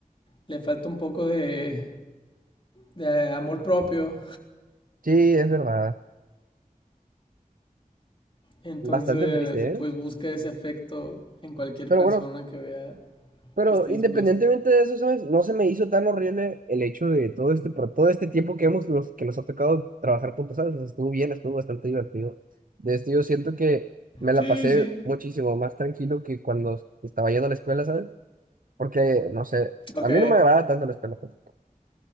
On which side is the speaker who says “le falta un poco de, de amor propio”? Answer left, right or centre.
Left